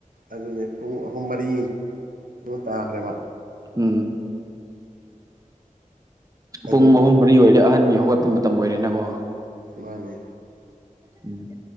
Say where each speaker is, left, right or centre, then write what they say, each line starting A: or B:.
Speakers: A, on the right (about 85°); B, on the right (about 25°).
A: ꯑꯗꯨꯅꯦ ꯄꯨꯡ ꯑꯍꯨꯝ ꯃꯔꯤ ꯑꯗꯨ ꯇꯥꯈ꯭ꯔꯦꯕ
B: ꯎꯝ ꯄꯨꯡ
A: ꯑꯗꯨꯒꯤ
B: ꯑꯍꯨꯝ ꯃꯔꯤ ꯑꯣꯏꯔꯦ ꯑꯍꯟꯒꯤ ꯍꯧꯒꯠꯄ ꯃꯇꯝ ꯑꯣꯏꯔꯦꯅꯀꯣ
A: ꯃꯥꯅꯦ
B: ꯎꯝ